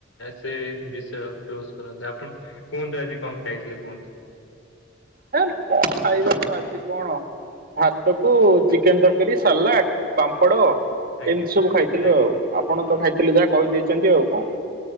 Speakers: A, on the left; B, on the right.
A: ସେ ବିଷୟ କ୍ଲୋଜ କରନ୍ତୁ। ଆପଣ କୁହନ୍ତୁ ଆଜି କଣ ଖାଇଥିଲେ କୁହନ୍ତୁ?
B: ହେ କଣ ଖାଇବା
A: ହଁ,
B: ଆଉ ଆଜି କଣ? ଭାତ କୁ
A: ଆଚ୍ଛା,
B: ଚିକେନ ତରକାରୀ ସାଲାଟ୍ ପାମ୍ପଡ଼।
A: ଆଜ୍ଞା
B: ଏମିତି ସବୁ ଖାଇଥିଲୁ।
A: ଆଜ୍ଞା
B: ଆଉ ଆପଣ ତ ଖାଇଥିଲେ ଯାହା କହିଦେଇଚନ୍ତି ଆଉ କଣ?